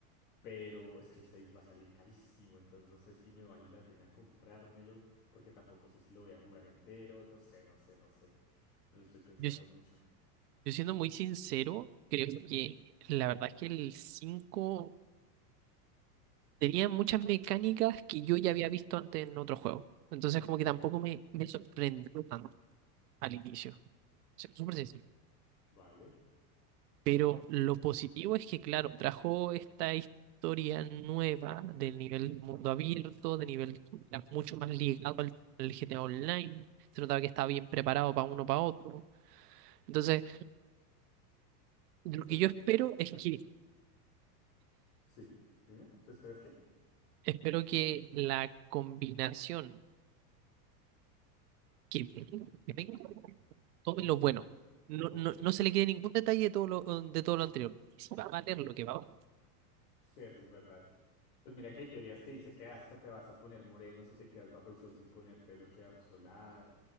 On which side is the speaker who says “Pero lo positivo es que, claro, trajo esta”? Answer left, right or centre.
Right